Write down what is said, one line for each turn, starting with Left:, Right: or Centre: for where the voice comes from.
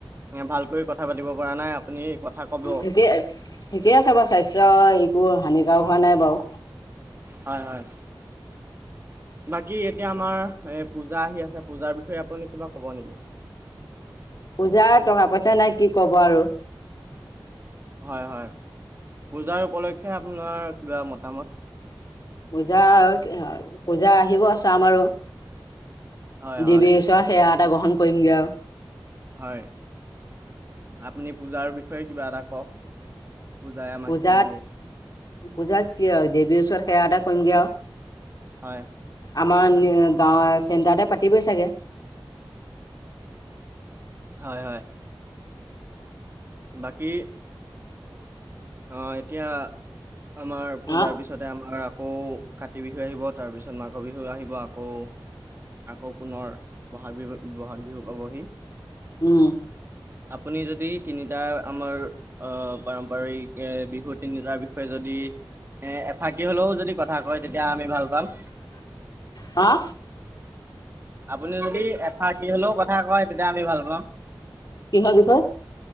Right: এ ভালকৈ কথা পাতিব পৰা নাই আপুনি কথা কব
Left: ঠিকে ঠিকে আছে বাৰু স্বাস্থ্য একো হানিকাৰক হোৱা নাই বাৰু
Right: হয় হয় বাকী এতিয়া আমাৰ এ পূজা আহি আছে পূজাৰ বিষয়ে আপুনি কিবা কব নেকি
Left: পূজাৰ টকা পইচা নাই কি ক'ব আৰু
Right: হয় হয় পূজাৰ উপলক্ষ্যে আপোনাৰ কিবা মতামত
Left: পূজা পূজা আহিব চাম আৰু
Right: হয়
Left: ডিবি
Right: হয়
Left: চোৱা সেৱা এটা গ্ৰহণ কৰিমগৈ আৰু
Right: হয় আপুনি পূজাৰ বিষয়ে কিবা এটা কওক পূজাই আমাক
Left: পূজাত
Right: কি দিয়ে
Left: পূজাত কি হয় দেৱীৰ ওচৰত সেৱা এটা কৰিমগে আৰু
Right: হয়
Left: আমাৰ গাঁৱৰ চেণ্টাৰতে পাতিবই চাগৈ
Right: হয় হয় বাকী অ এতিয়া আমাৰ পূজাৰ
Left: অ
Right: পিছত পিছতে আমাৰ আকৌ কাতি বিহু আহিব তাৰ পিছত মাঘ বিহু আহিব আকৌ আকৌ পুনৰ বহাগ বিহু বহাগ বিহু পাবহি
Left: উম
Right: আপুনি যদি তিনিটা আমাৰ অ পাৰম্পৰিক এ বিহু, তিনিটাৰ বিষয়ে যদি এ এফাকি হলেও যদি কথা কয়। তেতিয়া আমি ভাল পাম।
Left: হা
Right: আপুনি যদি এথাৰ্টি হলেও কথা কয়। তেতিয়া আমি ভাল পাম।
Left: কিহৰ বিষয়